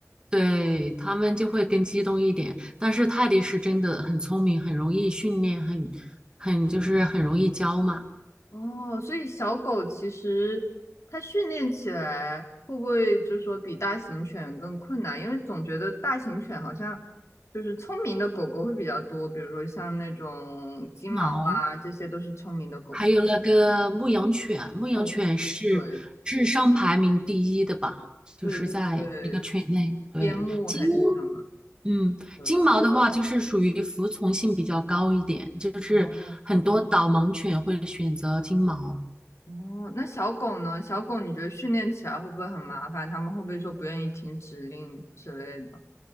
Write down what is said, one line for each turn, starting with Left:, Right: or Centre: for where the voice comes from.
Right: 对，他们就会更激动一点，但是泰迪是真的很聪明，很容易训练，很很就是很容易教嘛。
Left: 哦，所以小狗其实它训练起来会不会就是说比大型犬更困难？因为总觉得大型犬好像就是聪明的狗狗会比较多，比如说像那种金毛啊，
Right: 金毛，
Left: 这些都是聪明的狗狗。
Right: 还有那个牧羊犬，牧羊犬是智商排名第一的吧？
Left: 哦，对对对对，
Right: 就是在一个犬类。对，
Left: 边牧还是什么
Right: 金，嗯，
Left: 的。
Right: 金毛的话就是属于服从性比较高一点，就是很多导盲犬会选择金毛。
Left: 哦哦，那小狗呢？小狗你觉得训练起来会不会很麻烦？它们会不会说不愿意听指令之类的？